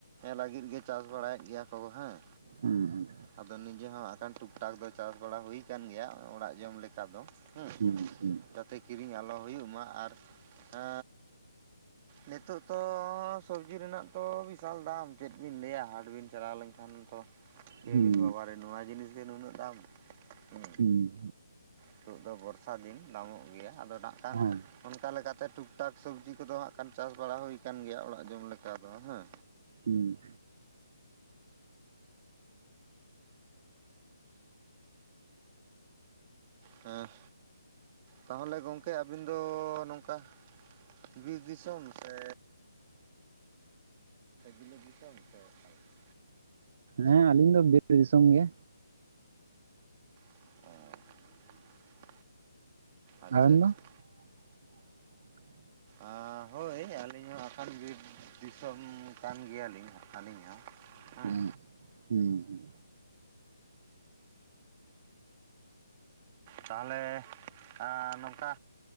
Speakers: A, on the right (about 30°); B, on the right (about 45°).
A: ᱞᱟᱹᱜᱤᱫ ᱜᱮ ᱪᱟᱥ ᱵᱟᱲᱟᱭᱮᱫ ᱜᱮᱭᱟ ᱠᱚ ᱦᱟᱸᱜ᱾
B: ᱦᱩᱸ ᱦᱩᱸ
A: ᱟᱫᱚ ᱱᱤᱡᱮ ᱦᱚᱸ ᱦᱟᱸᱜ ᱠᱷᱟᱱ ᱴᱩᱠ ᱴᱟᱠ ᱫᱚ ᱪᱟᱥ ᱵᱟᱲᱟ ᱦᱩᱭ ᱟᱠᱟᱱ ᱜᱮᱭᱟ ᱚᱲᱟᱜ ᱡᱚᱢ ᱞᱮᱠᱟ ᱫᱚ ᱦᱩᱸ᱾
B: ᱦᱩᱸ ᱦᱩᱸ
A: ᱡᱟᱛᱮ ᱠᱤᱨᱤᱧ ᱟᱞᱚ ᱦᱩᱭᱩᱜ ᱢᱟ ᱟᱨ ᱟᱻ ᱱᱤᱛᱳᱜ ᱛᱚ ᱥᱚᱵᱽᱡᱤ ᱨᱮᱱᱟᱜ ᱛᱚ ᱵᱤᱥᱟᱞ ᱫᱟᱢ ᱪᱮᱫ ᱵᱤᱱ ᱞᱟᱹᱭᱟ ᱦᱟᱴᱵᱤᱱ ᱪᱟᱞᱟᱣ ᱞᱮᱱᱠᱷᱟᱱ ᱛᱚ᱾ ᱞᱟᱹᱭ
B: ᱦᱩᱸ
A: ᱟᱵᱤᱱ
B: ᱦᱩᱸ
A: ᱵᱟᱵᱟᱨᱮ ᱱᱚᱣᱟ ᱡᱤᱱᱤᱥ ᱜᱮ ᱱᱩᱱᱟᱹᱜ ᱫᱟᱢ ᱦᱩᱸ᱾
B: ᱦᱩᱸ
A: ᱱᱤᱛᱚᱜ ᱫᱚ ᱵᱚᱨᱥᱟ ᱫᱤᱱ ᱫᱟᱢᱚᱜ ᱜᱮᱭᱟ ᱟᱫᱚ ᱱᱟᱜ ᱠᱷᱟᱱ
B: ᱦᱮᱸ
A: ᱚᱱᱠᱟ ᱞᱮᱠᱟᱛᱮ ᱴᱩᱠ ᱴᱟᱠ ᱥᱚᱵᱽᱡᱤ ᱠᱚᱫᱚ ᱦᱟᱸᱜ ᱠᱷᱟᱱ ᱪᱟᱥ ᱵᱟᱲᱟ ᱦᱩᱭ ᱟᱠᱟᱱ ᱜᱮᱭᱟ ᱚᱲᱟᱜ ᱡᱚᱢ ᱞᱮᱠᱟ ᱫᱚ ᱦᱮᱸ᱾
B: ᱦᱩᱸ
A: ᱦᱮᱸ ᱛᱟᱦᱚᱞᱮ ᱜᱚᱝᱠᱮ ᱟᱵᱤᱱᱫᱚ ᱱᱚᱝᱠᱟ ᱵᱤᱨ ᱫᱤᱥᱚᱢ ᱥᱮ ᱵᱤᱞᱟᱹᱛ ᱫᱤᱥᱚᱢ ᱥᱮ ᱚᱠᱟ ᱞᱮᱠᱟ?
B: ᱦᱮᱸ ᱟᱹᱞᱤᱧ ᱫᱚ ᱵᱤᱨ ᱫᱤᱥᱚᱢ ᱜᱮ᱾
A: ᱚ ᱟᱪᱪᱷᱟ
B: ᱟᱵᱮᱱ
A: ᱟᱪᱪᱷᱟ
B: ᱫᱚ <inaudible>
A: ᱟ ᱦᱳᱭ ᱟᱹᱞᱤᱧ ᱦᱚᱸ ᱟᱜ ᱠᱷᱟᱱ ᱵᱤᱨ ᱫᱤᱥᱚᱢ ᱠᱟᱱ ᱜᱮᱭᱟᱞᱤᱧ ᱟᱹᱞᱤᱧ ᱦᱚᱸ᱾ ᱦᱮᱸ
B: ᱦᱩᱸ ᱦᱩᱸ ᱦᱩᱸ
A: ᱛᱟᱦᱚᱞᱮ ᱟ ᱱᱚᱝᱠᱟ